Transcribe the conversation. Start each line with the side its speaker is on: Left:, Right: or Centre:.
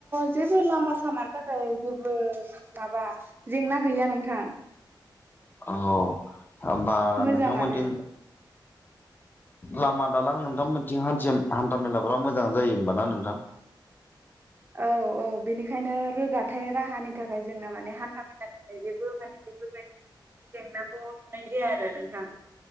Right: जेबो लामा सामानि थाखाय जेबो माबा जेंना गै या नोंथां।
Left: औ होमबा
Right: मोजाङानो
Left: नोंथांमोनजों लामा दालां नोंथांमोननिथिं हान्थिम हान्था मेलाफ्रा मोजां जायो होमबा ना नोंथां?
Right: <inaudible> औ औ बेनिखायनो रोगाथाइ राहानि थाखाय जोंना माने हान्था मेलानि थाखाय जेबो माने बेफोरबायदि जेंनाखौ नुनाय जाया आरो नोंथां।